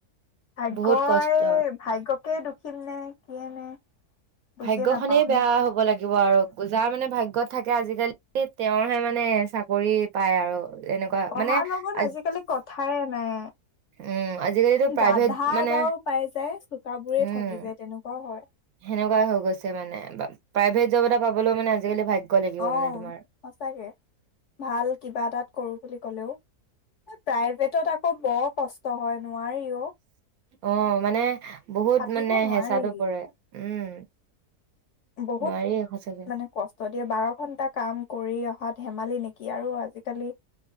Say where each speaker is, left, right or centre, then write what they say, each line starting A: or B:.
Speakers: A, on the left; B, on the right.
A: ভাগ্যই
B: বহুত কষ্ট
A: ভাগ্য <inaudible> দোষীম নে কিয়েই নে! বুজিয়ে
B: ভাগ্যখনেই
A: নাপাও
B: বেয়া
A: নে
B: হ'ব লাগিব আৰু যাৰ মানে ভাগ্যত থাকে আজিকালি তেওঁৰহে মানে চাকৰি পায় আৰু। এনেকুৱা
A: পঢ়াৰ
B: মানে
A: লগত
B: আজি
A: আজিকালি কথায়ে নাই।
B: উম আজিকালিতো প্ৰাইভেট
A: গাধা
B: মানে,
A: এটাও পাই যায় চোকাবোৰে
B: উম,
A: থাকি যায় তেনেকুৱাও হয়
B: সেনেকুৱা হৈ গৈছে মানে প্ৰাইভেট জব এটা পাবলৈ মানে আজিকালি ভাগ্য লাগিব
A: অ,
B: মানে তোমাৰ
A: সচাকে। ভাল কিবা এটাত কৰো বুলি ক'লেও প্ৰাইভেটত আকৌ বৰ কষ্ট হয়। নোৱাৰি অ'।
B: অ, মানে বহুত
A: খাটিব
B: মানে
A: নোৱাৰি
B: হেঁচাতো পৰে উম
A: বহুত
B: নোৱাৰি সঁচাকে
A: মানে কষ্ট এতিয়া বাৰ ঘন্টা কাম কৰি অহা ধেমালি নেকি আৰু আজিকালি